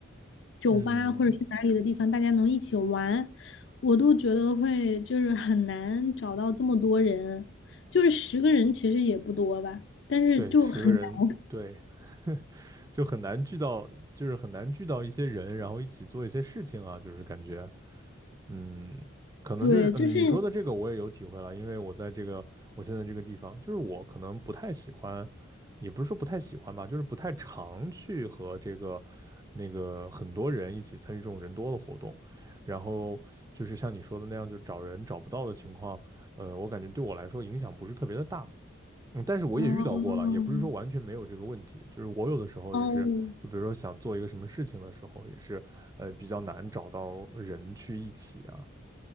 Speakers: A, on the left (about 60°); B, on the right (about 15°).
A: 酒吧或者是哪里的地方，
B: 嗯，
A: 大家能一起玩，我都觉得会就是很难找到这么多人。就是十个人其实也不多吧，但是就很难，
B: 对，十个人，对，就很难聚到，就是很难聚到一些人，然后一起做一些事情啊，就是感觉，嗯，可能就是嗯，
A: 对，就是，
B: 你说的这个我也有体会了，因为我在这个我现在这个地方，就是我可能不太喜欢，也不是说不太喜欢吧，就是不太常去和这个那个很多人一起参与这种人多的活动，然后就是像你说的那样，就找人找不到的情况，呃，我感觉对我来说影响不是特别的大。嗯，但是我也遇到过了，
A: 哦，
B: 也不是说完全没有这个问题，就是我有的时候也是，
A: 哦。
B: 就比如说想做一个什么事情的时候，也是，呃，比较难找到人去一起啊，